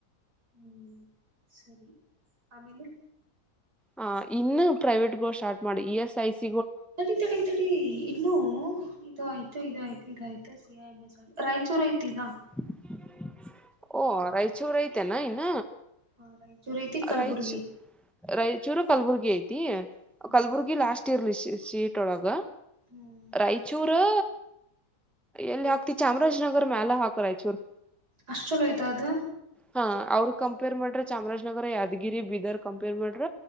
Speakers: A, on the right; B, in the centre.
A: ಹ್ಮ್ ಸರಿ ಆಮೇಲೆ
B: ಹ ಇನ್ನು ಪ್ರೈವೇಟ್ಗೋ ಸ್ಟಾರ್ಟ್ ಮಾಡಿ ಇ ಎಸ್ ಐ ಸಿ
A: ಅಡೆತಡೆ ತಡೆ ಇನ್ನು ಇದು ಆಯ್ತು ಇದ ಆಯ್ತು ಇದಯ್ತು ಸಿ ಎ ಎ ರಾಯಚೂರು ಐತಿನಾ
B: ಹ <unintelligible> ಓ ರಾಯಚೂರು ಆಯಿತೇನ ಇನ್ನ
A: ಹ ರಾಯಚೂರ್ ಐತಿ ಕಲ್ಬುರ್ಗಿ
B: ರಾಯಚೂರು ರಾಯಚೂರು ಕಲಬುರ್ಗಿ ಐತಿ
A: ಹ್ಮ್
B: ಕಲ್ಬುರ್ಗಿ ಲಾಸ್ಟ್ ಇರ್ಲಿ ಸೀಟ್ ಒಳಗ
A: ಹ್ಮ್
B: ರಾಯಚೂರು ಎಲ್ಲಿ ಹಾಕ್ತಿ ಚಾಮರಾಜನಗರ ಮ್ಯಾಲ ಹಾಕು ರಾಯಚೂರ್
A: ಅಷ್ಟ ಚಲೋಆಯ್ತಾ ಅದು
B: ಹಾ ಅವ್ರ ಕಂಪೇರ್ ಮಾಡ್ರೆ ಚಾಮರಾಜನಗರ ಯಾದಗಿರಿ ಬೀದರ್ ಕಂಪೇರ್ ಮಾಡ್ರ